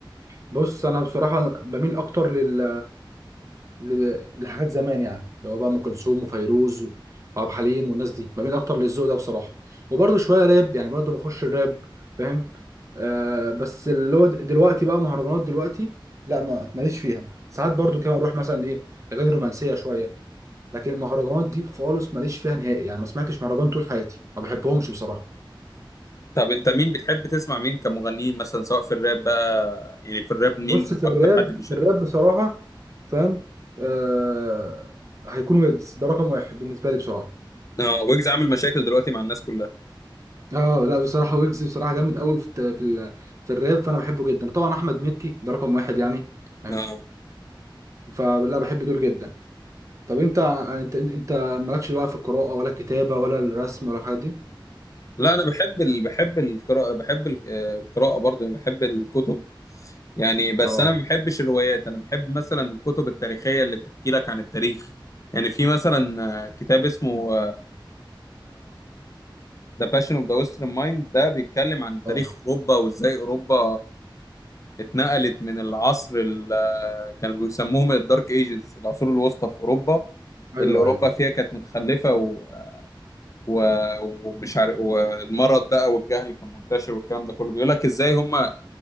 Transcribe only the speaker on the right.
بص انا بصراحه بميل اكتر لل ل- لحاجات زمان يعني اللي هو بقى ام كلثوم وفيروز و- وعبد الحليم والناس دي بميل اكتر للذوق ده بصراحه وبرده شويه راب يعني برده بخش الراب فاهم آه بس اللي هو د- دلوقتي بقى مهرجانات دلوقتي لا ما ماليش فيها ساعات برده كمان اروح مثلا ايه اغاني رومانسيه شويه لكن المهرجانات دي خالص ماليش فيها نهائي يعني ما سمعتش مهرجان طول حياتي ما بحبهمش بصراحه
بص في
الراب
في الراب بصراحه فاهم آه هيكون ويجز ده رقم واحد بالنسبه لي بصراحه
اه لا بصراحه ويجز بصراحه جامد قوي في الت- في ال- في الراب فانا بحبه جدا طبعا احمد مكي ده رقم واحد يعني فاهم
فلا بحب دول جدا طب انت انت انت مالكش بقى في القراءه ولا الكتابه ولا الرسم ولا الحاجات دي
اه
اه
ايوه
ايوه